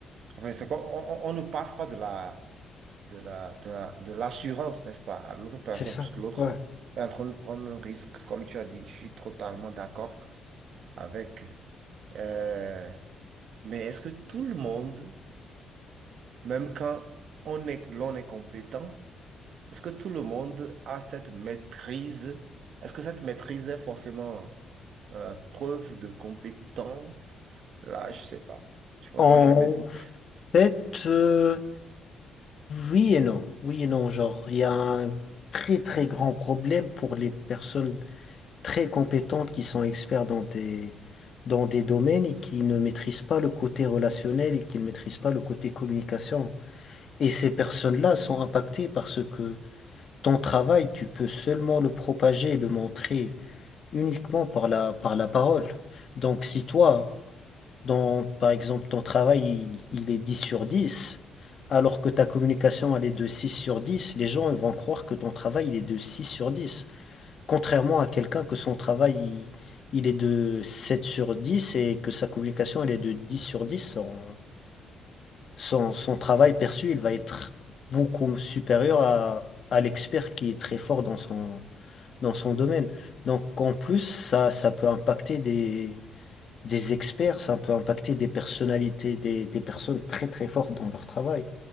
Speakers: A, on the right (about 70°); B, on the left (about 50°).
A: enfin, c'est comme, on, on- on ne passe pas de la, de la, de la- de l'assurance, n'est-ce pas, à l'autre personne,
B: C'est ça.
A: puisque l'autre
B: Ouais.
A: est en train de prendre un risque. Comme tu as dit, je suis totalement d'accord avec. euh, mais est-ce que tout le monde, même quand on est, l'on est compétent, Est-ce que tout le monde a cette maîtrise? Est-ce que cette maîtrise est forcément euh, preuve de compétence? Là, je sais pas. Tu vois,
B: En
A: moi j'ai mes doutes.
B: fait, euh, oui et non. Oui et non, genre, il y a un très très grand problème pour les personnes très compétentes qui sont experts dans des, dans des domaines et qui ne maîtrisent pas le côté relationnel et qui ne maîtrisent pas le côté communication. Et ces personnes-là sont impactées parce que ton travail, tu peux seulement le propager et le montrer uniquement par la, par la parole. Donc si toi, dans, par exemple, ton travail, il, il est 10 sur 10 alors que ta communication, elle est de six sur dix les gens ils vont croire que ton travail, il est de six sur dix Contrairement à quelqu'un que son travail, il, il est de 7 sur dix et que sa communication, elle est de dix sur dix son, son, son travail perçu, il va être beaucoup supérieur à, à l'expert qui est très fort dans son, dans son domaine. Donc, en plus, ça, ça peut impacter des experts, ça peut impacter des personnalités, des, des personnes très très fortes dans leur travail.